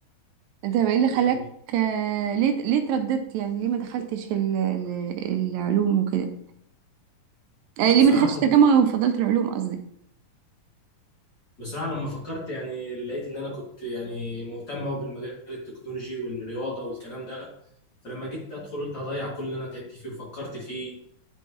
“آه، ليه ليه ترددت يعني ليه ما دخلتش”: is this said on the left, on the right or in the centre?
Right